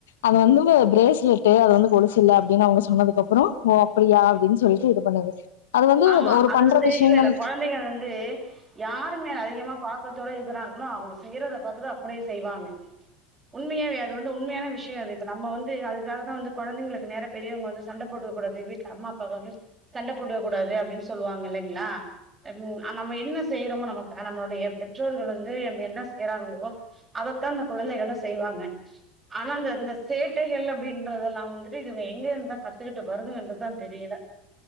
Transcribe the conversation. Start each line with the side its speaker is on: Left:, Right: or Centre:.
Left: அது வந்து பிரேஸ்லெட்டு அது வந்து கொலுசில்ல அப்டின் அவுங்க சொன்னதுக்கப்றோ ஓ அப்டியா அப்டின் சொல்லி ட்டு இது பண்ணுது அது வந்து
Right: ஆமா
Left: ஒரு
Right: அது
Left: பண்ற
Right: வந்து
Left: விஷயங்கள்
Right: இல்லல்ல கொழந்தைங்க அது வந்து யாரு மேல அதிகமா பாசத்தோட இருக்கிறாங்களோ அவுங்க செய்யறத பாத்துட்டு அப்டியே செய்வாங்க உண்மையாவே அது வந்து உண்மையான விஷயோ அது இப்ப நம்ம வந்து அதுக்காக தா வந்து கொழந்தைங்களுக்கு நேர பெரியவங்க வந்து சண்ட போட்டுக்கக்க கூடாது வீட்டுல அம்மா அப்பாவு வந்து சண்ட போட்டுக்க கூடாது அப்டின்னு சொல்லுவாங்க இல்லைங்களா அன் நம்ம என்ன செய்யறோமோ நமக்கு நம்மளுடைய பெற்றோர்கள் வந்து நம்ம என்ன செய்யறாங்களோ அதத்தா அந்த குழந்தைகளு செய்வாங்க ஆனா அந்த இந்தந்த சேட்டைகள் அப்படின்றத எல்லாம் வந்துட்டு இதுவங்க எங்க இருந்துந்தா கத்துக்கிட்டு வருதும்ன்றதுதா தெரியல